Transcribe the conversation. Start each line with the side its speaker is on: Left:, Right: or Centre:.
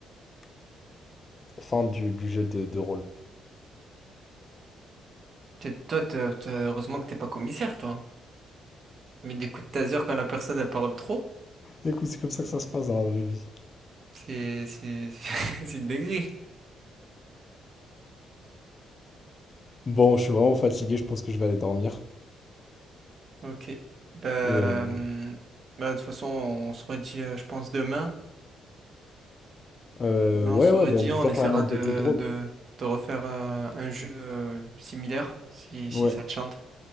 Left: Fin du, du jeu de, de rôle.
Right: T'es- Toi, t'as- t'as- heureusement que t'es pas commissaire, toi. Mais des coups de taser quand la personne elle parle trop,
Left: Écoute, c'est comme ça que ça se passe dans la vraie vie.
Right: c'est c'est <laughs> c'est une dinguerie.
Left: Bon, je suis vraiment fatigué, je pense que je vais aller dormir.
Right: Ok. Bah,
Left: Et euh,
Right: hum, bah de toute façon on se redit, euh, je pense demain.
Left: euh,
Right: Demain
Left: ouais,
Right: on se
Left: ouais,
Right: redit,
Left: bah, on peut
Right: on
Left: faire
Right: essaiera
Left: carrément
Right: de
Left: d'autres jeux de rôle.
Right: de, de refaire euh, un jeu euh, similaire si si
Left: Ouais.
Right: ça te chante.